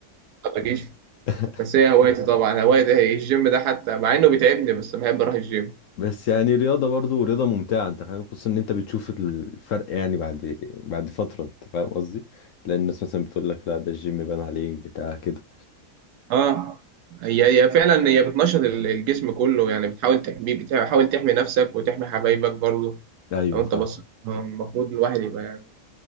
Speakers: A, on the right; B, on the left.
A: ما بجيش
B: <laughs>
A: بس هي هوايتي طبعا هوايتي هي الجيم ده حتى مع إنه بيتعبني بس بحب أروح الجيم
B: بس يعني رياضة برضو رياضة ممتعة انت فاهم خصوصا ان انت بتشوف الفرق يعني بعد بعد فترة انت فاهم قصدي لان الناس مثلا بتقول لك لا ده الجيم بان عليك بتاع كده
A: اه هي هي فعلا هي بتنشط ال- الجسم كله يعني بتحاول تحميه بتحاول تحمي نفسك وتحمي حبايبك برضه
B: ايوه
A: لو أنت
B: فاهم
A: بصيت آه، المفروض الواحد يبقى يعني